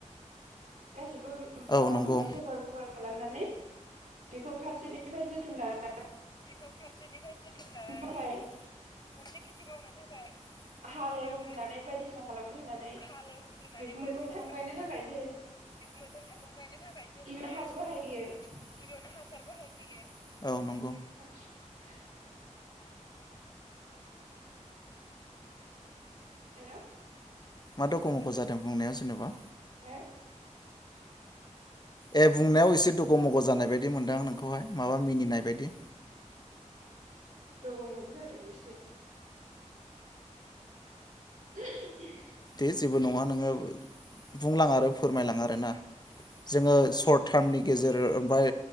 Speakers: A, on the right; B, on the left.
A: गासिबो
B: औ
A: माबाफोरनो
B: नंगौ
A: जगार बगार खालामनानै बेखौ फारसे बेफ्राय जोथोन लान
B: <unintelligible>
A: गिबियावनो
B: गिबियावनो
A: हालेवनानै बायदिसिना खालामग्रोनानै
B: हालेवग्रोनानै
A: बे
B: बायदिसिना
A: मैगं थाइगं
B: खालामग्रोनानै
A: गायनो थाखाय जेरैहाय
B: बे मैगं थाइगं गायनो थाखाय जेरैहाय
A: गिबियावनो हासो बाहायग्रोयो
B: गिबियावनो हासार बाहायग्रोयो औ नंगौ
A: <unintelligible> हेल
B: मा दखमख जादों बुंनाया जेनबा?
A: हो
B: ए बुंनायाव एसे दग मग जानाय बायदि मोनदों नोंखौहाय माबा मिनिनाय बायदि
A: दग मग जादों एसेनो <inaudible>
B: दे जेबो नङा नोङो बुंलां आरो फोरमायलां आरोना जोङो
A: हो
B: सर्ट टार्मनिख गेजेर ओमफ्राय